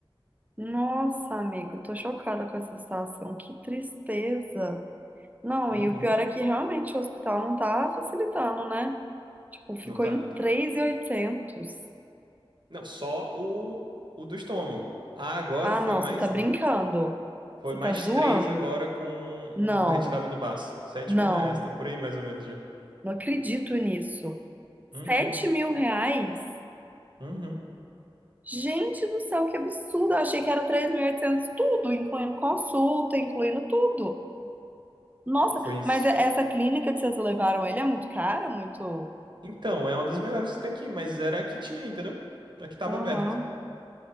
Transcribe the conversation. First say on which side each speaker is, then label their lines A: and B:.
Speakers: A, on the right (about 15°); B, on the right (about 55°).
A: Nossa, amigo, eu tô chocada com essa situação. Que tristeza. Não,
B: Uhum.
A: e o pior é que realmente o hospital não tá facilitando, né? Tipo, ficou
B: Não tá,
A: em
B: não
A: 3.800.
B: tá. Não, só o, o do estômago. Ah, agora
A: Ah,
B: foi
A: não,
B: mais.
A: você tá brincando.
B: Foi
A: Você
B: mais
A: tá zoando.
B: três agora com
A: Não,
B: a retirada do baço. Sete
A: não,
B: mil reais, tá por aí mais ou menos já.
A: não acredito nisso.
B: Uhum,
A: Sete mil reais?
B: uhum.
A: Gente do céu, que absurdo. Eu achei que era 3.800 tudo, incluindo consulta, incluindo tudo. Nossa,
B: Foi. isso.
A: mas e- essa clínica que vocês levaram ele é muito cara, muito...
B: Então, é uma das melhores que tem aqui, mas era a que tinha, entendeu? A que tava
A: Aham.
B: aberta.